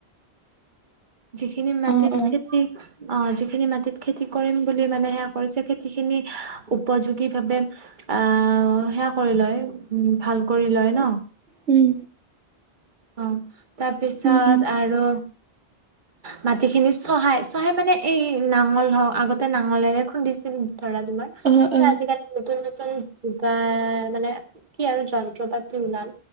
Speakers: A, on the right; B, on the right.
A: যিখিনি মাটিত
B: অ অ
A: খেতি অ', যিখিনি মাটিত খেতি কৰিম বুলি মানে সেয়া কৰিছে খেতি খিনি উপযোগী ভাবে আহ সেয়া কৰি লয়, উম, ভাল কৰি লয় ন।
B: উম।
A: অ', তাৰপিছত
B: উম উম
A: আৰু মাটি খিনি চহাই, চহাই মানে এই নাঙল হওক, আগতে নাঙলেৰে খুন্দিছিল ধৰা তোমাৰ।
B: অ অ
A: আজিকালি নতুন নতুন যোগাৰ, মানে কি আৰু যন্ত্ৰ পাতি ওলাল।